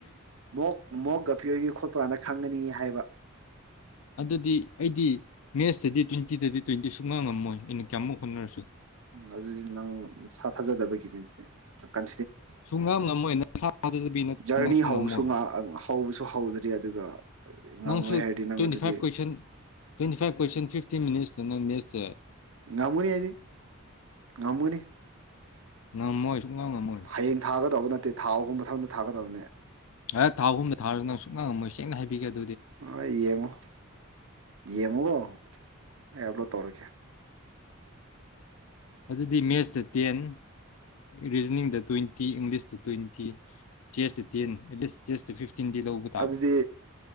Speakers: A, on the right (about 70°); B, on the left (about 75°).
A: ꯃꯣꯛ ꯃꯣꯛ ꯑꯄꯤꯌ꯭ꯔꯒꯤ ꯈꯣꯠꯄ ꯀꯥꯟꯗ ꯈꯪꯒꯅꯤ ꯍꯥꯏꯕ
B: ꯑꯗꯨꯗꯤ ꯑꯩꯗꯤ ꯃꯦꯁꯇꯗꯤ ꯇ꯭ꯋꯦꯟꯇꯤꯗꯗꯤ ꯇ꯭ꯋꯦꯟꯇꯤ ꯁꯨꯛꯉ ꯉꯝꯃꯣꯏ ꯑꯩꯅ ꯀꯌꯥꯃꯨꯛ ꯍꯣꯠꯅꯔꯁꯤ
A: ꯎꯝ ꯑꯗꯨꯗꯤ ꯅꯪ ꯅꯁꯥ ꯊꯥꯖꯗꯕꯒꯤꯅꯦꯦꯀꯟ
B: ꯁꯨꯡꯉꯝ ꯉꯝꯃꯣꯏ ꯅꯁꯥ ꯊꯥꯖꯗꯕꯤ ꯅꯠꯇꯅ
A: ꯖꯔꯅꯤ
B: ꯅꯪꯁꯨ
A: ꯍꯧꯕ
B: ꯉꯝꯃꯣꯏ
A: ꯍꯧꯕꯁꯨ ꯍꯧꯗꯅ ꯗ ꯑꯗꯨꯒ ꯉꯝꯔꯣꯏ
B: ꯅꯪꯁꯨ
A: ꯍꯥꯏꯔꯗꯤ ꯅꯪ
B: ꯇ꯭ꯋꯦꯟꯇꯤ
A: ꯑꯗꯨꯗꯤ
B: five question twenty five question fifty minutes ꯅ ꯃꯦꯁ
A: ꯉꯝꯒꯨꯅꯤ ꯍꯥꯏꯗꯤ ꯉꯝꯒꯅꯤ
B: ꯉꯝꯃꯣꯏ ꯁꯨꯛꯉꯝ ꯉꯝꯃꯣꯏ
A: ꯍꯌꯦꯡ ꯊꯥꯒꯗꯧꯕ ꯅꯠꯇꯦ ꯊꯥ ꯑꯍꯨꯝ ꯃꯊꯕ ꯊꯥꯒꯗꯕꯅꯤ
B: ꯍ ꯊꯥꯍꯨꯝꯗ ꯊꯥꯔꯁꯨ ꯅꯪ ꯁꯨꯛꯪꯉꯝꯃꯣꯏ ꯁꯦꯡꯅ ꯍꯥꯏꯕꯤꯒꯗ
A: ꯑ ꯏꯃ ꯏꯃꯒꯣ ꯑꯩ ꯑꯞꯂꯣꯗ ꯇꯧꯔꯒꯦ
B: ꯑꯗꯨꯗꯤ ꯃꯦꯠꯁꯇ ꯇꯦꯟ ꯔꯤꯖꯅꯤꯡꯗ ꯇ꯭ꯋꯦꯟꯇꯤ ꯏꯪꯂꯤꯁꯇ ꯇ꯭ꯋꯦꯟꯇꯤ ꯆꯦꯁꯇꯨ ꯇꯦꯟ ꯑꯦꯠꯂꯤꯁ ꯆꯦꯁꯇꯨ ꯐꯤꯐꯇꯤꯟꯗꯤ ꯂꯧꯕ ꯇꯥꯕ
A: ꯑꯗꯨꯗꯤ